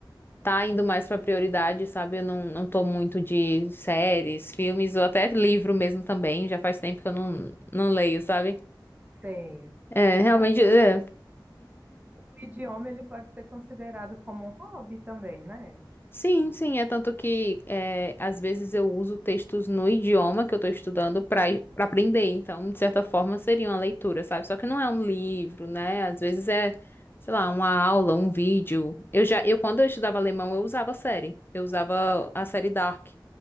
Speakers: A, on the left; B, on the right.
A: tá indo mais pra prioridade, sabe? Eu não, não tô muito de séries, filmes ou até livro mesmo também. Já faz tempo que eu não, não leio, sabe?
B: Sei.
A: É, realmente.
B: Ah,
A: É.
B: o idioma ele pode ser considerado como um hobby também, né?
A: Sim, sim, é tanto que é, às vezes eu uso textos no idioma que eu estou estudando para para aprender, então, de certa forma, seria uma leitura, sabe? Só que não é um livro, né? Às vezes é, sei lá, uma aula, um vídeo. Eu já, eu quando eu estudava alemão, eu usava série. Eu usava a série Dark,